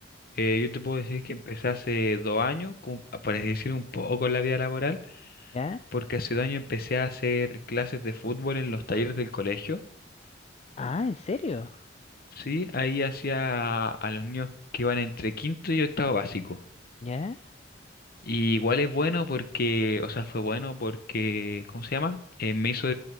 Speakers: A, on the left (about 50°); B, on the left (about 35°).
A: eh, yo te puedo decir que empecé hace dos años, como pa- por decir, un poco en la vida laboral,
B: ¿Ya?
A: porque hace dos años empecé a hacer clases de fútbol en los talleres del colegio.
B: Ah, ¿en serio?
A: Sí, ahí hacía a los niños que iban entre quinto y octavo básico.
B: ¿Ya?
A: Y igual es bueno porque, o sea, fue bueno porque, ¿cómo se llama? Eh, me hizo